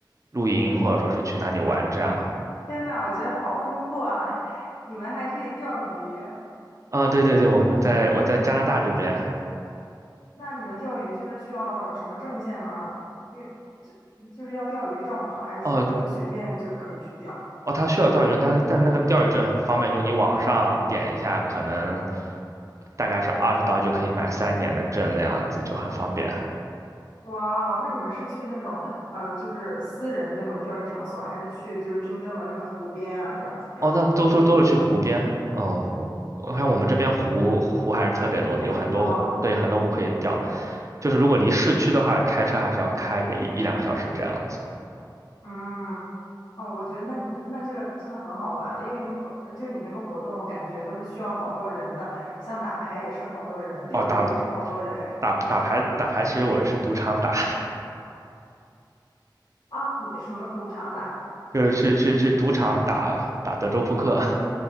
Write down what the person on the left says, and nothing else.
天呐，我觉得好丰富啊！<laughs> 你们还可以钓鱼，
那你们钓鱼就是需要什么证件吗？因为就就是要钓鱼证吗？还是说就是随便就可以去钓？
哇哦，那你们是去那种嗯、呃就是私人的那种钓鱼场所，还是去就是真正的那个湖边啊，这样去钓？
还挺多。
嗯，哦，我觉得那你那这个真的很好玩啊因为你活呃就是你那个活动，我感觉都是需要好多人的，像打牌也是好多人，钓鱼也是好多人，
是吧？
啊，你什么赌场打？